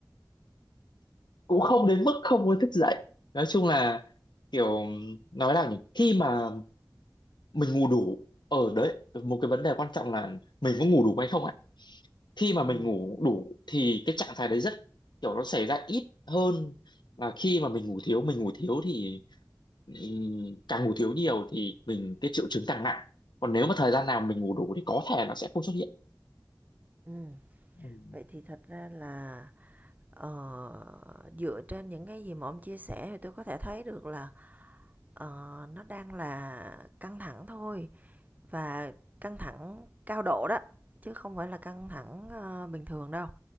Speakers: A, on the left; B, on the right.
A: cũng không đến mức không muốn thức dậy nói chung là kiểu nói nào nhỉ khi mà mình ngủ đủ ở đấy một cái vấn đề quan trọng là mình có ngủ đủ hay không ạ khi mà mình
B: ừ
A: ngủ đủ thì cái trạng thái đấy rất kiểu nó xảy ra ít hơn là khi mà mình ngủ thiếu mình ngủ thiếu thì ừm, càng ngủ thiếu nhiều thì mình cái triệu chứng càng nặng còn nếu mà thời gian nào mình ngủ đủ thì có thể nó sẽ không xuất hiện
B: ừ
A: Ừm,
B: vậy thì thật ra là ờ, dựa trên những cái gì mà ông chia sẻ thì tôi có thể thấy được là Ờ, nó đang là căng thẳng thôi và căng thẳng cao độ đó chứ không phải là căng thẳng ờ, bình thường đâu